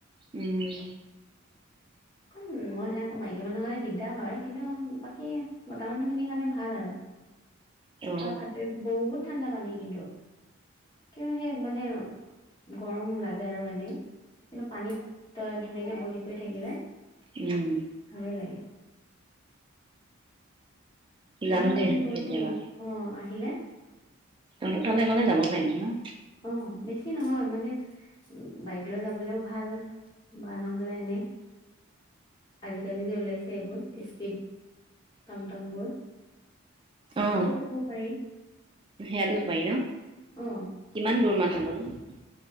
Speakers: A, on the right (about 25°); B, on the left (about 20°).
A: উম'।
B: উম'মহিলা, মাইকী মানুহৰ কাৰণে দিগদাৰ হয়। কিন্তু বাকী মতা মানুহখিনিৰ কাৰণে ভাল আৰু
A: অ
B: আৰু খাতে বহুত ঠাণ্ডা পানী কিন্তু, কিয় সেই মানে গৰম লাগে আৰু এনেই কিন্তু পানীত তই ধুনীয়াকে বহি কৰি থাকিলে
A: উম'।
B: ভালে লাগে
A: যাম
B: এবাৰ
A: দে
B: আমি গ'লো,
A: কেতিয়াবা
B: অ', আহিলে?
A: তহঁতৰ তালে গ'লে যাব পাৰিম ন?
B: অ', বেছি নহয়, মানে বাইক লৈ যাবলৈও ভাল বা নহ'লে এনেই আজিকালি যে ওলাইছে এইবোৰ স্পীড টমটমবোৰ।
A: অ
B: তাতো যাব পাৰি।
A: সেয়াতো পাৰি ন?
B: অ
A: কিমান দূৰ মান? হ'ব নো।